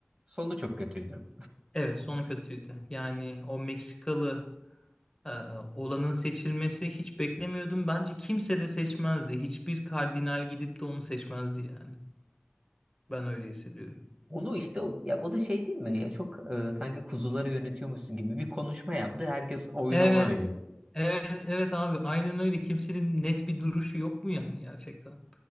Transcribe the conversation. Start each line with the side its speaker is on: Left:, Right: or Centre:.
Right: sonu çok kötüydü.
Left: Evet sonu kötüydü. Yani o Meksikalı e, olanın seçilmesi hiç beklemiyordum. Bence kimse de seçmezdi. Hiçbir kardinal gidip de onu seçmezdi yani. Ben öyle hissediyorum.
Right: Onu işte o- ya o da şey değil mi? Ya çok e, sanki kuzuları yönetiyormuşsun gibi bir konuşma yaptı. Herkes oyunu
Left: Evet.
Right: ona veriyor.
Left: Evet, evet abi. Aynen öyle. Kimsenin net bir duruşu yok mu yani gerçekten?